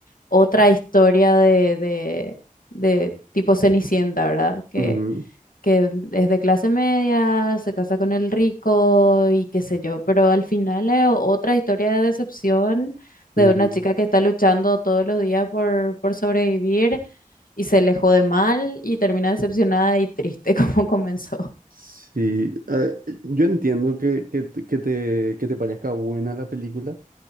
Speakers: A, on the left (about 80°); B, on the right (about 85°).
A: otra historia de, de, de tipo Cenicienta, ¿verdad? Que,
B: Ujú,
A: que es de clase media, se casa con el rico y qué sé yo, pero al final es otra historia de decepción
B: ujú.
A: de una chica que está luchando todos los días por, por sobrevivir y se le jode mal y termina decepcionada y triste <laughs> como comenzó.
B: Sí, eh, yo entiendo que, que, te- que te, que te parezca buena la película.